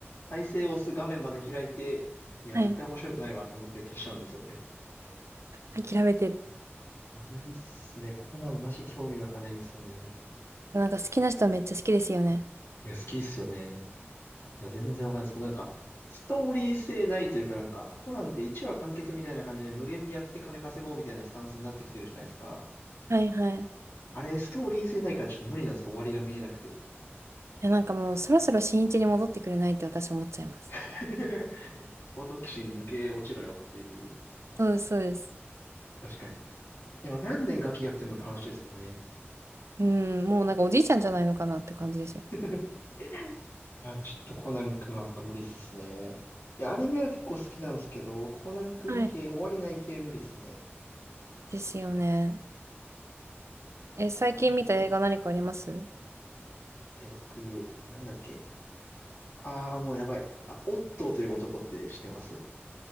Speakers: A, on the left; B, on the right.
A: 再生を押す画面まで開いて、いや、
B: はい。
A: 絶対面白くないわと思って消しちゃうんですよね。
B: 諦めてる。い
A: いや、無理っすね。コナンマジ興味湧かないんですよね。
B: やなんか好きな人はめっちゃ好きですよね。
A: いや、好きっすよね。いや、全然わかんないです。僕なんか、ストーリー性ないというかなんか、コナンって1話完結みたいな感じで無限にやって金稼ごうみたいなスタンスになってきてるじゃないですか。
B: はい、はい。い
A: あれ、ストーリー性ないからちょっと無理なんですよ。終わりが見えなくて。
B: や、なんかもうそろそろ新一に戻ってくれないって私思っちゃいます。
A: <laughs> オトキシン抜け落ちろよっていう。
B: そうです、そうです。
A: 確かに。いや、何年ガキやってんだって話ですよね。
B: うん、もうなんかおじいちゃんじゃないのかなって感じですよ。
A: <laughs> あ、ちょっとコナン君は僕無理っすね。いや、アニメは結構好きなんですけど、コナン君系、
B: はい。
A: 終わりない系無理っすね。
B: ですよね。え、最近見た映画何かあります
A: うんえ、僕、なんだっけ。ああ、もうやばい。あ、オットーという男って知ってます